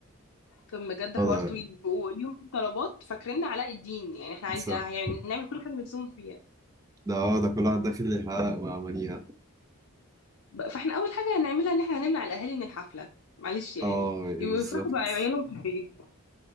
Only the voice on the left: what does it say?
كان بجد
حوار طويل وليهم طلبات فاكرين علاء الدين يعني احنا عايزين
يعني نعمل كل حاجة نفسهم فيها
بقى- فاحنا اول حاجه هنعملها ان احنا هنمنع الاهالي من الحفله معلش يعني
يفرحوا
بعيالهم في البيت